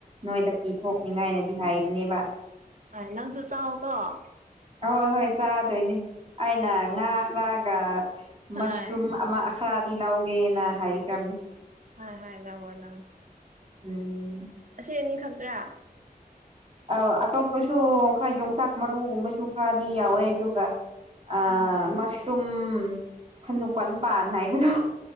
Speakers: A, on the right; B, on the right.
A: ꯅꯣꯏꯗ ꯄꯤꯊꯣꯛꯅꯤꯉꯥꯏꯅꯗꯤ ꯍꯥꯏꯕꯅꯦꯕ <inaudible>
B: ꯅ ꯨꯁꯥ ꯍꯒꯣ
A: ꯑꯍꯣꯏ ꯍꯣꯏ ꯆꯥꯗꯣꯏꯅꯦ ꯑꯩꯅ ꯉꯥ ꯈꯔꯒ
B: ꯍꯣꯏ
A: ꯃꯁꯔꯨꯝ ꯑꯃ ꯈꯔ ꯂꯧꯒꯦꯅ ꯍꯥꯏꯈ꯭ꯔꯕꯅꯤ
B: ꯍꯥ ꯍ ꯂꯕꯣꯗꯝ
A: ꯎꯝ
B: ꯑꯁꯤ ꯑꯅꯤ ꯈꯛꯇ꯭ꯔꯥ
A: ꯑ ꯑꯇꯣꯞꯄꯁꯨ ꯈꯔ ꯌꯣꯡꯆꯥꯛ ꯃꯔꯨꯒꯨꯝꯕꯁꯨ ꯈꯔꯗꯤ ꯌꯥꯎꯋꯦ ꯑꯗꯨꯒ ꯑ
B: ꯑꯥ
A: ꯃꯁꯔꯨꯝ ꯁꯅꯨ ꯀꯥꯟꯄꯥꯟ ꯍꯥꯏꯕꯗꯣ